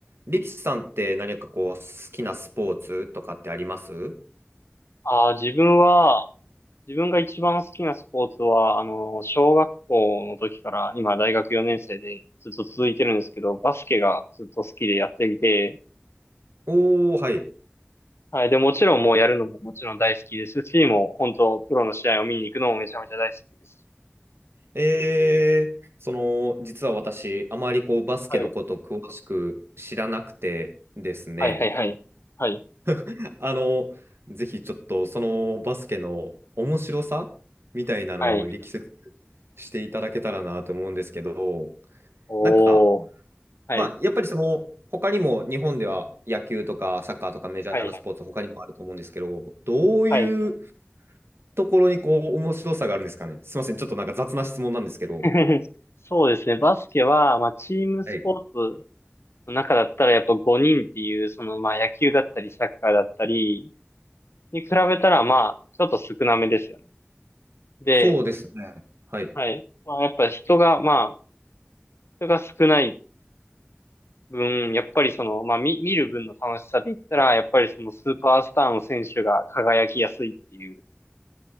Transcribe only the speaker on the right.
リキさんって何かこう、好きなスポーツとかってあります
おー、はい。
えー、その、実は私、あまりこう、バスケのこと詳しく知らなくてですね。
<laughs> あの、ぜひちょっと、そのバスケの面白さみたいなのを力説
していただけたらなと思うんですけど、
なんか、
まあ、やっぱりその、他にも日本では野球とかサッカーとかメジャーなスポーツ他にもあると思うんですけど、
どういう
ところにこう面白さがあるんですかね。すみません、ちょっとなんか雑な質問なんですけど。
はい。
そうですね。はい。